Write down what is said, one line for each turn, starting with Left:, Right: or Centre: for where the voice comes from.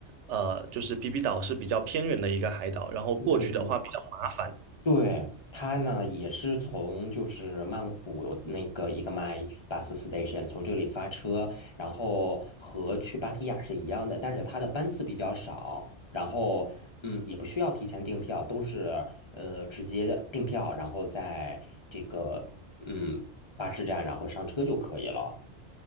Right: 呃，就是皮皮岛是比较偏远的一个海岛，然后过去的话比较麻烦。
Left: 对对对。对，他呢也是从就是曼谷那个一个 my bus station 从这里发车，然后和去芭提雅是一样的，但是它的班次比较少，然后嗯也不需要提前订票，都是呃直接的订票，然后在这个嗯巴士站然后上车就可以了。